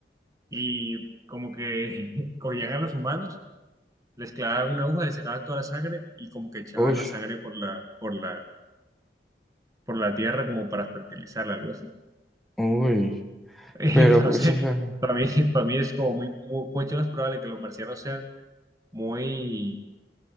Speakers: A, on the right; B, in the centre.
A: y como que <laughs> cogían a los humanos, les clavaban una aguja, les sacaban toda la sangre y como que echaban
B: Uy,
A: la sangre por la, por la, por la tierra como para fertilizarla, algo así.
B: uy.
A: <laughs> Entonces,
B: Pero pues, o sea,
A: para mí, para mí es como muy, mu- mucho más probable que los marcianos sean muy,